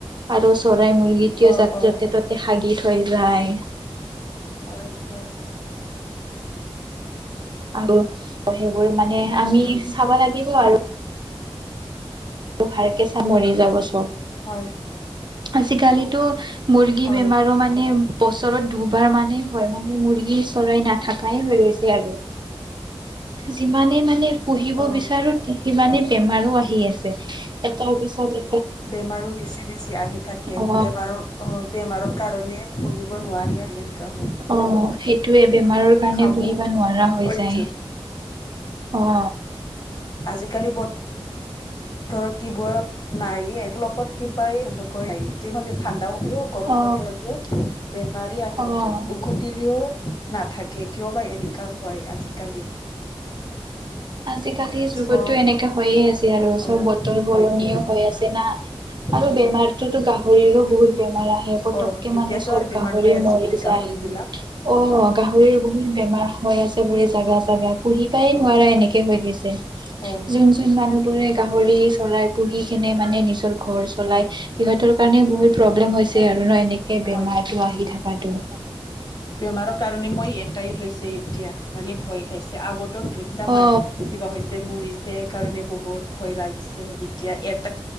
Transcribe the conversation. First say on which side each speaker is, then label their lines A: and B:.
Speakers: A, on the right; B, on the left.
A: আৰু চৰাই মুৰ্গীটও
B: অ
A: যা
B: অ
A: য'তে
B: হয়
A: ত'তে হাগি থৈ যায়।
B: হয় হয়।
A: আৰু সেইবোৰ মানে আমি
B: উম
A: চাব লাগিব আৰু। ভালকে চামৰি যাব চব!
B: হয়
A: আজিকালিতো মুৰ্গী
B: হয়
A: বেমাৰো মানে বছৰত দুবাৰ মানেই হয় মানে মুৰ্গী চৰাই নাথাকাই হৈ গৈছে আৰু। যিমানে মানে পুহিব
B: অ
A: বিচাৰো সিমানে বেমাৰো আহি আছে। এ তাৰ পিছতে
B: বেমাৰো বেছি বেছি আহি থাকে
A: অ
B: বেমাৰৰ বেমাৰৰ কাৰণে। পুহিব নোৱাৰি হয়
A: অ সেইটোৱে বেমাৰৰ কাৰণে
B: খাব
A: পুহিব নোৱাৰা হৈ
B: এইটো
A: যায়। অ।
B: আজিকালি ব ধৰত কিবোৰ নাই ব্লকত কিবা কতিহ'লে ঠাণ্ডাও <unintelligible> ও গৰম
A: অ
B: বতৰলৈও বেমাৰী আহি
A: অ
B: থাকে উখুটিলেও নাথাকে কিয় বা এনেকাও হয় আজিকালি?
A: আজিকালি যুগততো
B: চব
A: এনেকাে হয়য়ে আছে। আৰু চব
B: অ
A: বতৰ সলনিও
B: হয়তো
A: হৈ আছে না আৰু
B: হয়
A: বেমাৰতোতো গাহৰিৰো বহুত বেমাৰ আহে পটককে
B: অ এতিয়াতো
A: মানে চব
B: আৰু বেমাৰ
A: গাহৰি
B: হৈ আছে
A: মৰি
B: বোলে
A: যায
B: গাহৰি বিলাক
A: অ গাহৰিৰ বহুত বেমাৰ হৈ আছে বুলি। জাগা চাগা পুহিবাই নোৱাৰা
B: অ
A: এনেকে হৈ গৈছে
B: অ
A: যোন যোন মানুহ পুৰে গাহৰি চলাই পুহি কেনে মানে নিজৰ ঘৰ চলাই সিহতৰ কাৰণে বহুত প্ৰব্লেম হৈছে আৰু ন এনেকে
B: হয়
A: বেমাৰটো
B: উম
A: আহি থকাটো
B: বেমাৰৰ কাৰণে মই এটাই লৈছে এতিয়া মানে ভয় খাইছ। আগতো দুত তমাৰ
A: অ
B: কিবা হৈছে মুৰি কাৰণে বহুত ভয় লাগিছে এতিয়া এপ